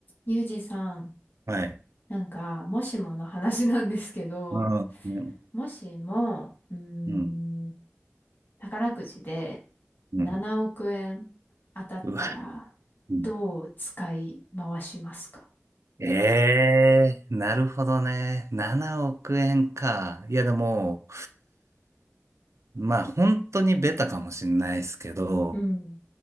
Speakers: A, on the left (about 45°); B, on the right (about 85°).
A: ゆうじさん、
B: はい。
A: なんか、もしもの話なんですけど、
B: うん、うん、
A: もしも、うー
B: うん、
A: ん、宝くじで
B: うん。
A: 7億円当たったら、
B: うわ、うん。
A: どう使い回しますか
B: ええー、なるほどね。7億円か。いや、でも、まあ、本当にベタかもしれないですけど、
A: うん、